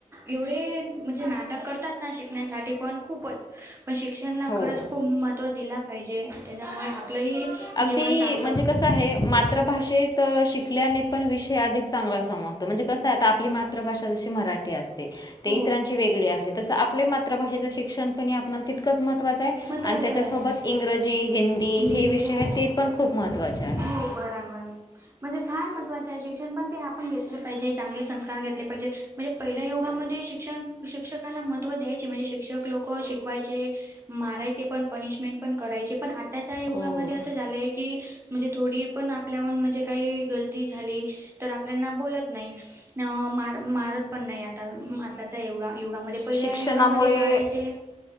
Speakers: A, on the right (about 20°); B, on the left (about 30°).
A: एवढे म्हणजे नाटक करतात ना शिकण्यासाठी पण खूपच पण शिक्षणला
B: हो
A: खरंच खूप महत्व दिला पाहिजे. त्याच्यामुळे आपलंही
B: अगदी
A: जीवन चांगलं
B: म्हणजे
A: होईल
B: कस आहे मातृभाषेत शिक आपठल्याने पण विषय अधिक चांगला समजतो. म्हणजे कसं आहे आता आपली मातृभाषा जशी मराठी असते.
A: हो
B: इतरांची वेगळी अस तस आपले मात्रभाषेचं शिक्षण पण आपला त इकंच महत्त्वाचं आहे
A: महत्त्वाचं
B: आणि त्याच्यासोबत
A: आहे
B: इंग्रजी हिंदी
A: दी
B: हे विषय
A: हो
B: आहेत ते पण खूप महत्त्वाचे आहेत.
A: हो बरोबर. म्हणजे फार महत्त्वाचे आहे शिक्षण पण ते आपण घेतलं पाहिजे चांगले संस्कार घेतले पाहिजे. म्हणजे पहिल्या युगामध्ये शिक्षण शिक्षकाला महत्त्व द्यायचे म्हणजे शिक्षक लोक शिकवायचे. मारायचे पण पनिशमेंट पण करायचे पण आताच्या युगामध्ये
B: हो
A: असं झालंय की म्हणजे थोडी पण आपल्याहून म्हणजे काही गलती झाली तर आपल्याना बोलत नाही. अ मार मारत पण नाही आता. आताचा युगा युगामध्ये पहिल्या
B: शिक्षणामुळे
A: युगामध्ये मारायचे.